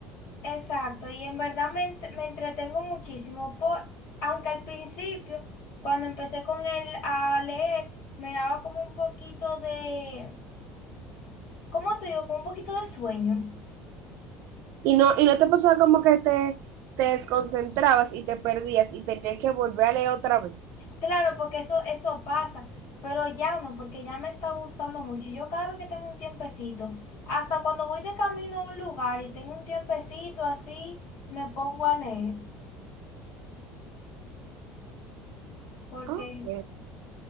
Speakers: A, on the left (about 65°); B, on the right (about 65°).
A: Exacto, y en verdad me, ent- me entretengo muchísimo por, aunque al principio, cuando empecé con él a leer, me daba como un poquito de, ¿cómo te digo? Como un poquito de sueño.
B: Y no, y no te pasaba como que te, te desconcentrabas y te perdías y tenías que volver a leer otra vez.
A: Claro, porque eso, eso pasa, pero ya no, porque ya me está gustando mucho. Y yo cada vez que tengo un tiempecito, hasta cuando voy de camino a un lugar y tengo un tiempecito así, me pongo a leer. Porque,
B: Ok.